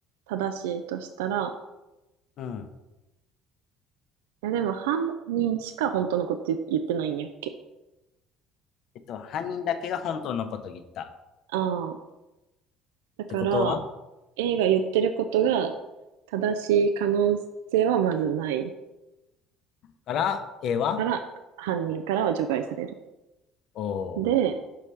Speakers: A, on the right (about 75°); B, on the left (about 60°).
A: 正しいとしたら、
B: う。うん。
A: いやでも犯人しか本当のこと言ってないんやっけ。
B: えっと、犯人だけが本当のことを言った。
A: ああ。だから
B: ってことは
A: A が言ってることが正しい可能性はまずない
B: から、A は
A: から、犯人からは除外される。
B: おー。
A: で、